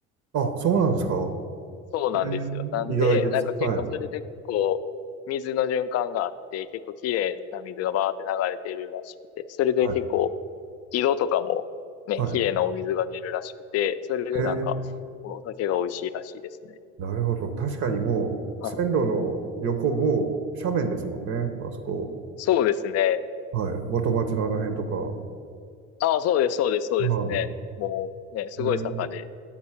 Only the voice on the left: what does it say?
そうなんですよ。
なんで、
なんか結構それで、
こう、水の循環があって、結構綺麗な水がバーって流れてるらしくて、それで結構
井戸とかもね、
綺麗なお水が出るらしくて、それでなんか、
お酒が美味しいらしいですね。
はい。
そうですね。
ああ、そうです、そうです、そうですね。
もうね、すごい坂で、